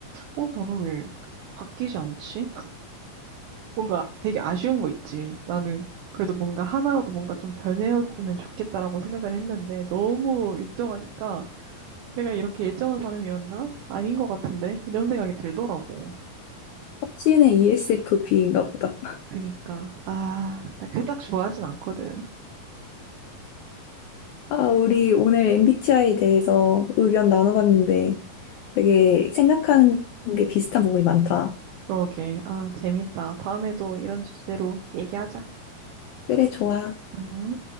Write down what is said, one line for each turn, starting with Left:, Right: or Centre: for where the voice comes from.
Right: 어 나는 왜 바뀌지 않지? <laughs> 뭔가 되게 아쉬운 거 있지. 나는 그래도 뭔가 하나라도 뭔가 좀 변해였으면 좋겠다라고 생각을 했는데 너무 일정하니까 내가 이렇게 일정한 사람이었나? 아닌 것 같은데? 이런 생각이 들더라고.
Left: 확신의 ESFP인가 보다.
Right: 그니까 아, 나 그닥 좋아하진 않거든.
Left: 아, 우리 오늘 MBTI에 대해서 의견 나눠봤는데, 되게 생각하는 게 비슷한 부분이 많다.
Right: 그러게. 아, 재밌다. 다음에도 이런 주제로 얘기하자.
Left: 그래, 좋아.
Right: 음.